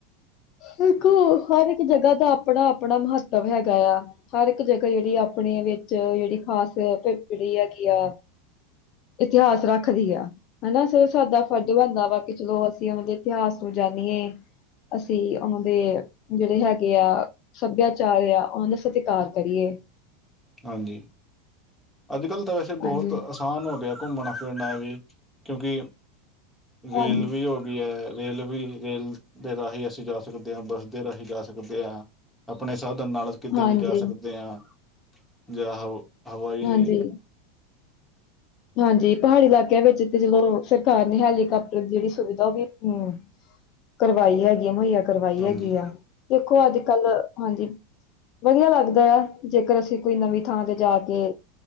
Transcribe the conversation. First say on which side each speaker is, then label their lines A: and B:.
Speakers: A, on the left; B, in the centre.
A: ਦੇਖੋ ਹਰ ਇੱਕ ਜਗ੍ਹਾ ਦਾ ਆਪਣਾ-ਆਪਣਾ ਮਹੱਤਵ ਹੈਗਾ ਆ। ਹਰ ਇੱਕ ਜਗ੍ਹਾ ਜਿਹੜੀ ਆਪਣੇ ਵਿੱਚ ਜੇੜੀ ਖਾਸ <unintelligible> ਜੇੜੀ ਹੈਗੀ ਆ‌। ਇਤਿਹਾਸ ਰੱਖਦੀ ਆ। ਹਨਾ ਸਾਡਾ ਫਰਜ਼ ਬਣਦਾ ਵਾ ਕਿ ਚਲੋ ਅਸੀਂ ਉਹਨਾਂ ਦੇ ਇਤਿਹਾਸ ਨੂੰ ਜਾਂਣੀਏ। ਅਸੀਂ ਉਹਨਾਂ ਦੇ ਜੇੜੇ ਹੈਗੇ ਆ। ਸੱਭਿਆਚਾਰ ਆ ਉਹਨਾਂ ਦਾ ਸਤਿਕਾਰ ਕਰੀਏ।
B: ਹਾਂਜੀ ਅੱਜ ਕੱਲ ਤਾਂ ਵੈਸੇ
A: ਹਾਂਜੀ
B: ਬੋਤ ਆਮ ਹੋ ਗਿਆ ਘੁੰਮਣਾ ਫਿਰਨਾ ਵੀ ਕਿਉਂਕਿ ਰੇਲ
A: ਹਾਂਜੀ
B: ਵੀ ਹੋ ਵੀ ਹੈ ਰੇਲ ਵੀ ਰੇਲ ਦੇ ਰਾਹੀਂ ਅਸੀਂ ਜਾ ਸਕਦੇ ਹਾਂ ਬੱਸ ਦੇ ਰਾਹੀਂ ਜਾ ਸਕਦੇ ਹਾਂ। ਆਪਣੇ ਸਾਧਨ ਨਾਲ ਕਿਤੇ
A: ਹਾਂਜੀ
B: ਵੀ ਜਾ ਸਕਦੇ ਹਾਂ ਜਾਂ ਹ ਹਵਾਈ
A: ਹਾਂਜੀ ਹਾਂਜੀ ਪਹਾੜੀ ਇਲਾਕਿਆਂ ਵਿੱਚ ਤੇ ਜਦੋਂ ਸਰਕਾਰ ਨੇ ਹੈਲੀਕਾਪਟਰ ਦੀ ਜੇੜੀ ਸੁਵਿਧਾ ਓ ਵੀ ਹੂੰ। ਕਰਵਾਈ ਹੈਗੀ ਮੁਹੱਈਆ ਕਰਵਾਈ
B: ਹਾਂਜੀ
A: ਹੈਗੀ ਆ ਦੇਖੋ ਅੱਜ ਕੱਲ ਹਾਂਜੀ। ਵਧੀਆ ਲੱਗਦਾ ਹੈ ਜੇਕਰ ਅਸੀਂ ਕੋਈ ਨਵੀਂ ਥਾਂ ਤੇ ਜਾ ਕੇ